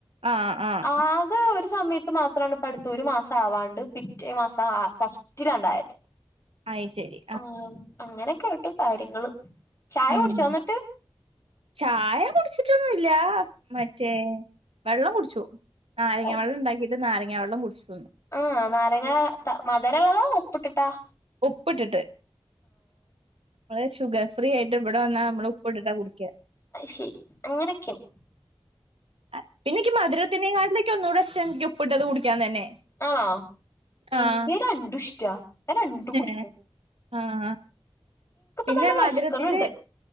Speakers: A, on the right (about 80°); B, on the left (about 30°).
A: ആഹ് ആഹ്
B: ആകെ ഒരു സമയത്ത് മാ ത്രം പടുത്ത് ഒരു മാസം ആവാണ്ട് പിറ്റേ മാസം ആ ഫസ്റ്റിലാണ്ടായത്
A: ആത് ശരി
B: ഉം അങ്ങനൊക്കൊയിട്ട് കാര്യങ്ങള് ചായ
A: ഉം
B: കുടിച്ചോ എന്നിട്ട്
A: ചായ കുടിച്ചിട്ടൊന്നുംല്ല മറ്റേ വെള്ളം കുടിച്ചു നാരങ്ങ
B: ഉം
A: വെള്ളം ഉണ്ടാക്കിട്ട് നാരങ്ങ വെള്ളം കുടിച്ചുന്ന്
B: ആഹ് നാരങ്ങ മധരുള്ളതാ ഉപ്പ്ട്ട്ട്ടാ
A: ഉപ്പ്ട്ട്ട്ട് നമ്മള് ഷഗുർ ഫ്രീ ആയിട്ട് ഇവിടെ വന്നാൽ നമ്മള് ഉപ്പ്ട്ട്ട്ടാ കുടിക്ക
B: ശരി അങ്ങനെയൊക്കെണ്
A: അത് പിന്നെക്ക് മധുരത്തിനെ കാട്ടിലും ഒന്നുകൂടി എനിക്ക് ഉപ്പ്ട്ടത് കുടിക്കാൻ തന്നെ
B: ആഹ് എനിക്ക്
A: ആഹ്
B: രണ്ടും ഇഷ്ടാ ഞാൻ രണ്ടും കുട്ടിക്കും
A: ഏഹ് ആഹ് പിന്നെ
B: നല്ല
A: മധുരത്തില്ൽ
B: വിശക്കണുണ്ട്